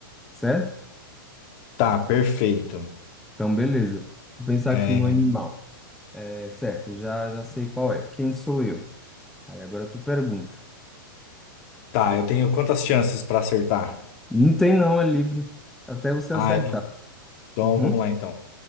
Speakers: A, in the centre; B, on the left.
A: certo?
B: Tá, perfeito.
A: Então, beleza. Vou pensar
B: É,
A: aqui no animal. É certo, eu já, já sei qual é. Quem sou eu? Aí agora tu pergunta.
B: tá, eu tenho quantas chances pra acertar?
A: Não tem não, é livre. Até você
B: Ah,
A: acertar.
B: é? Então
A: Uhum.
B: vamos lá então.